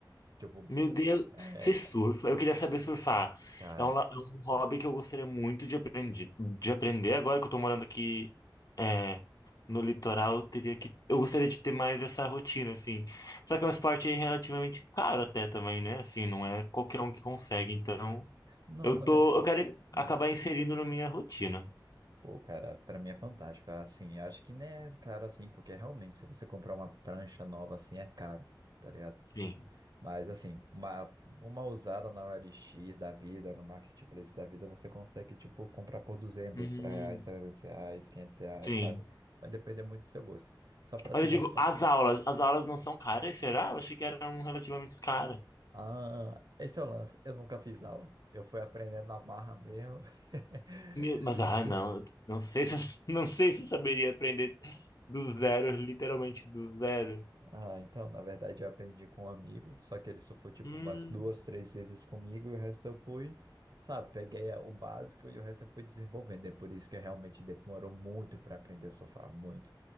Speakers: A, on the right; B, on the left.
A: Tipo,
B: Meu Deus,
A: é,
B: você surfa? Eu queria saber surfar.
A: cara.
B: É um, la- é um
A: sou-
B: hobby que eu gostaria muito de aprender, de aprender. Agora que eu tô morando aqui, é, no litoral, eu teria que, eu gostaria de ter mais essa rotina, assim. Só que é um esporte relativamente caro até também, né? Assim, não é qualquer um que consegue. Então,
A: Não,
B: eu
A: na
B: tô,
A: verdade.
B: eu quero
A: Não.
B: acabar inserindo na minha rotina.
A: Pô, cara, pra mim é fantástico. Assim, eu acho que nem é caro assim, porque realmente, se você comprar uma prancha nova assim, é caro, tá ligado?
B: Sim.
A: Mas assim, uma, uma usada na OLX da vida, no Marketplace da vida, você consegue, tipo, comprar por duzentos
B: Hum,
A: reais, 300 reais, 500 reais,
B: sim.
A: sabe? Vai depender muito do seu gosto. Só pra
B: Mas
A: ter
B: eu
A: noção.
B: digo, as aulas, as aulas não são caras, será? Eu achei que eram relativamente caras.
A: Ah, esse é o lance. Eu nunca fiz aula. Eu fui aprendendo na barra mesmo. <laughs>
B: Meu, mas ah,
A: O
B: não, eu não sei se <laughs> não sei se eu saberia aprender do zero, literalmente do zero.
A: Ah, então, na verdade, eu aprendi com um amigo, só que ele só foi tipo
B: Hum,
A: umas duas, três vezes comigo e o resto eu fui, sabe, peguei o básico e o resto eu fui desenvolvendo. É por isso que realmente demorou muito para aprender a surfar, muito.